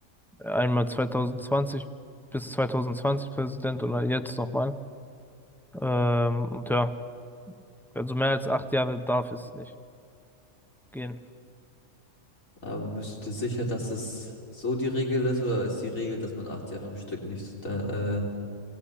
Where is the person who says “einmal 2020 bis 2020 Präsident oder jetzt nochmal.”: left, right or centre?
Centre